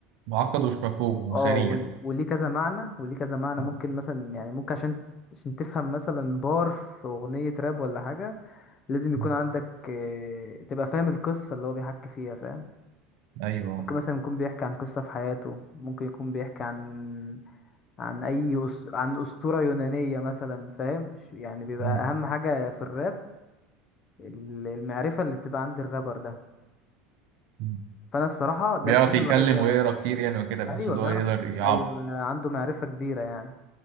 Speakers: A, on the right (about 65°); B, on the left (about 40°).
A: معقد ومش مفهوم وسريع
B: اه وال- وليه كذا معنى وليه كذا معنى
A: مم.
B: ممكن مثلا يعني ممكن عشان عشان تفهم مثلا بار في أغنية راب ولا حاجة لازم يكون
A: مم.
B: عندك آه، تبقى فاهم القصة اللي هو بيحكي فيها فاهم
A: ايوه
B: ممكن مثلا يكون بيحكي عن قصة في حياته ممكن يكون بيحكي عن عن أي أس... عن أسطورة يونانية مثلا فاهم ش- يعني بيبقى
A: مم.
B: أهم حاجة في الراب ال- المعرفة اللي بتبقى عند الرابر ده
A: مم.
B: فأنا الصراحة ده
A: بيعرف
B: الحاجة
A: يتكلم
B: الوحيدة
A: ويقرا كتير يعني وكده بحيث
B: أيوة
A: ان
B: بيعرف
A: هو يقدر يعبر
B: أيوة عنده معرفة كبيرة يعني